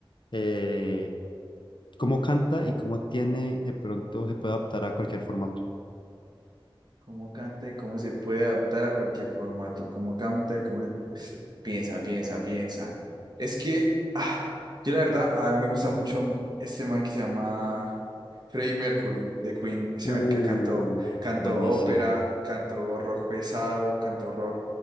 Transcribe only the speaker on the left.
eh, ¿cómo canta y cómo tiene, de pronto se puede adaptar a cualquier formato?
Uh,
buenísimo.